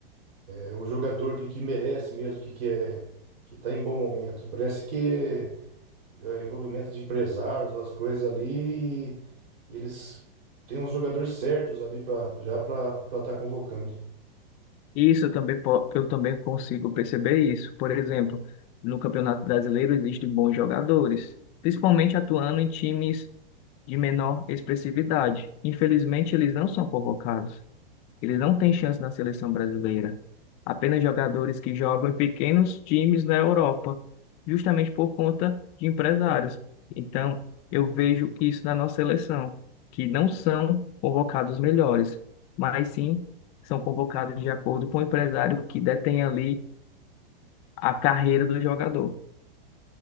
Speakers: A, on the right; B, on the left.
A: é, o jogador que, que merece mesmo, que, que é que tá em bom momento. Parece que é envolvimento de empresários, as coisas ali, e eles têm os jogadores certos ali para já para estar convocando.
B: Isso eu também, po- eu também consigo perceber isso. Por exemplo, no Campeonato Brasileiro existem bons jogadores, principalmente atuando em times de menor expressividade. Infelizmente, eles não são convocados. Ele não tem chance na seleção brasileira. Apenas jogadores que jogam em pequenos times na Europa, justamente por conta de empresários. Então, eu vejo isso na nossa seleção, que não são convocados os melhores, mas sim são convocados de acordo com o empresário que detém ali a carreira do jogador.